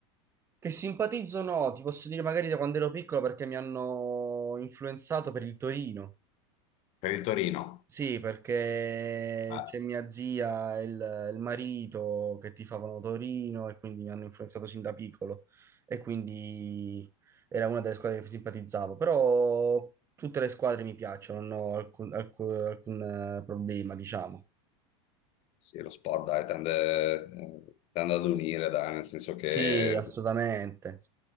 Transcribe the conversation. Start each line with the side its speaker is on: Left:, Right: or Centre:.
Right: Che simpatizzo no, ti posso dire magari da quando ero piccolo perché mi hanno influenzato per il Torino.
Left: Per il Torino.
Right: Sì, perché
Left: Ah,
Right: c'è mia zia e il, il marito che tifavano Torino e quindi mi hanno influenzato sin da piccolo e quindi era una delle squadre che simpatizzavo, però tutte le squadre mi piacciono, non ho alcun, alcun- alcun, eh, problema, diciamo.
Left: sì, lo sport dai, tende, eh, tende ad unire, dai, nel senso che
Right: Sì, assolutamente.